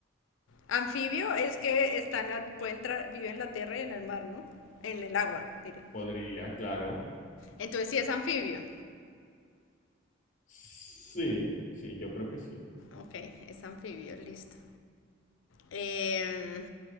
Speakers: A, on the left; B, on the left.
A: Anfibio es que están a- pueden tra- vive en la tierra y en el mar, ¿no? En el agua, diré.
B: Podría, claro.
A: Entonces sí es anfibio.
B: Sí, sí, yo creo que sí.
A: Ok, es anfibio, listo. Eh,